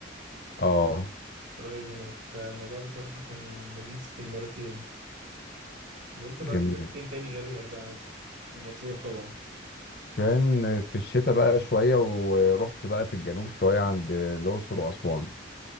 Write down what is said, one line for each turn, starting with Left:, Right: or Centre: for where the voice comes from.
Left: اه
Right: قريب هناك فالموضوع بصراحة كان لذيذ في المرتين وأنت بقى
Left: جميل
Right: سافرت فين تاني غير الغردقة مثلا؟ ومطروح طبعا
Left: كان في الشتاء بقى شوية ورحت بقى في الجنوب شوية عند الأقصر وأسوان